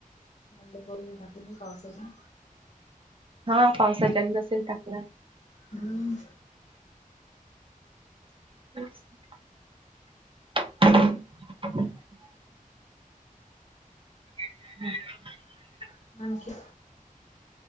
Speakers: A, on the left (about 55°); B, on the right (about 35°).
A: मले बोलले काकून पावसाच्या
B: हा पावसाच्यान नसेल टाकला.
A: हम्म
B: <inaudible> <inaudible> <inaudible>
A: आणखी